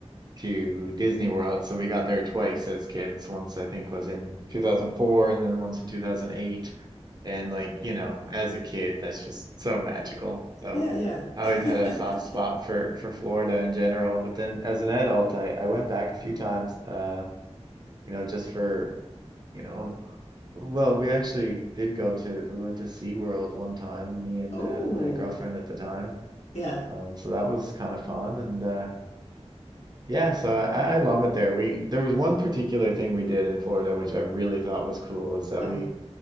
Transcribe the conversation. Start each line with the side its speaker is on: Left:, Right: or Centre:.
Right: to Disney World. So we got there twice as kids. Once I think was in 2004 and then once in 2008. And like, you know, as a kid, that's just so magical. So
Left: yeah, yeah.
Right: I
Left: <laughs>
Right: always had a soft spot for for Florida in general, but then as an adult, I I went back a few times uh you know, just for you know, well, we actually did go to, we went to SeaWorld one time, me and
Left: Oh,
Right: uh, my girlfriend at the time.
Left: yeah.
Right: Um, so that was kind of fun. And uh, yeah, so I, I love it there. We, there was one particular thing we did in Florida, which I really thought was cool, is that
Left: Uh-huh.
Right: we,